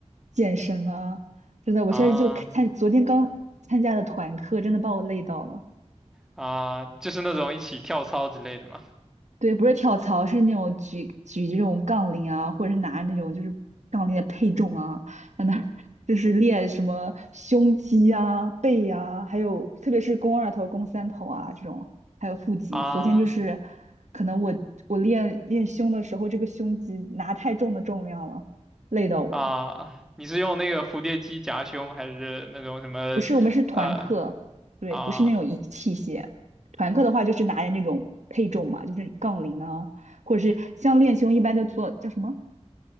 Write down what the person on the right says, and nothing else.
健身啊，真的，我现在就看，
昨天刚参加的团课，真的把我累到了。
对，不是跳槽，是那种举举这种杠铃啊，或者是拿那种就是杠铃的配重啊，在那儿就是练什么胸肌啊、背啊，还有特别是肱二头、肱三头啊这种，还有腹肌。
昨天就是可能我我练练胸的时候，这个胸肌拿太重的重量了，累到我了。
不是，我们是团课，
对，
不是那种仪器械。团课的话就是拿着那种配重嘛，就是杠铃啊，或者是像练胸一般就做叫什么？